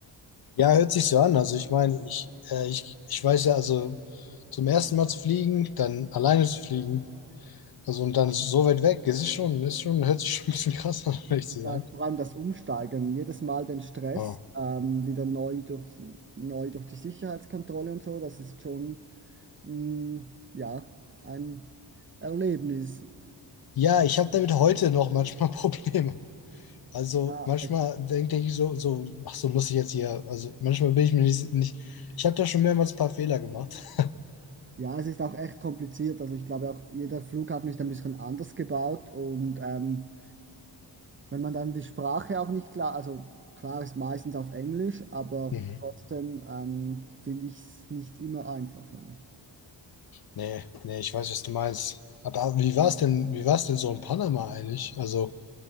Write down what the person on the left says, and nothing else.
Ja, hört sich so an. Also ich meine, ich, äh, ich, ich weiß ja, also zum ersten Mal zu fliegen, dann alleine zu fliegen, also und dann so weit weg, es ist schon, ist schon, hört sich schon ein bisschen <laughs> krass an, um ehrlich zu sein.
Ah.
Ja, ich habe damit heute noch manchmal <laughs> Probleme. Also
manchmal
denke ich so, so, ach so, muss ich jetzt hier, also manchmal bin ich mir nicht, nicht ich habe da schon mehrmals ein paar Fehler gemacht. <laughs>
Mhm.
Nee, nee, ich weiß, was du meinst. Aber wie war es denn, wie war es denn so in Panama eigentlich? Also